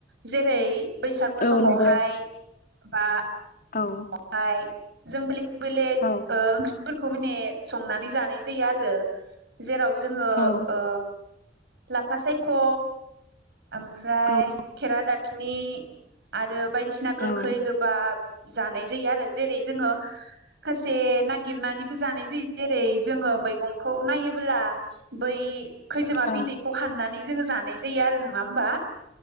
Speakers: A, on the right; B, on the left.
A: जेरै बैसागु
B: औ
A: समावहाय
B: नंगौ
A: बा
B: औ
A: ओं हाय जों बेलेग बेलेग
B: औ
A: ओंख्रिफोरखौ माने संनानै जानाय जायो आरो जेराव जोङो
B: औ
A: ओ लाफा सायख ओमफ्राय
B: औ
A: खेरा दाखिनि आरो बायदिसिना गोखै
B: औ
A: गोबाब जानाय जायो आरो जेरै जोङो माखासे नागिर नानैबो जानाय जायो जेरै जोङो मैंगंखौ नायो ब्ला बै खैजोमा बिदैखौ
B: औ
A: हाननानै जोङो जानाय जायो आरो नं नङा होमबा?